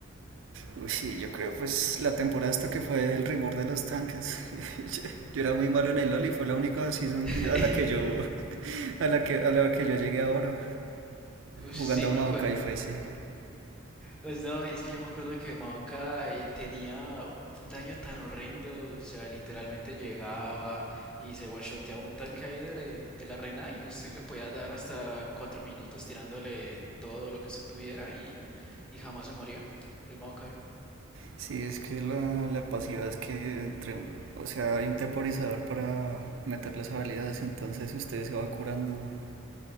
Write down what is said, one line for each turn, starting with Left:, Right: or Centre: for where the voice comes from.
Right: Uy, sí, yo creo pues la temporada hasta que fue el reward de los tanques. <laughs> Yo, yo era muy malo en el LOL y fue la única season
Centre: <laughs>
Right: que- a la que yo a la que a la que yo llegué a oro
Centre: Uy, sí
Right: jugando a
Centre: me
Right: Maokai
Centre: acuerdo.
Right: fue sí.
Centre: Pues no, y es que yo me acuerdo que Maoka eh, tenía un daño tan horrendo, o sea, literalmente llegaba y se one-shoteaba un tanque ahí de, de la reina y usted le podía dar hasta cuatro minutos tirándole todo lo que usted tuviera y, y jamás se moría el Maokai.
Right: Sí, es que la, la pasiva es que entre, o sea, hay un temporizador para meter las habilidades, entonces usted se va curando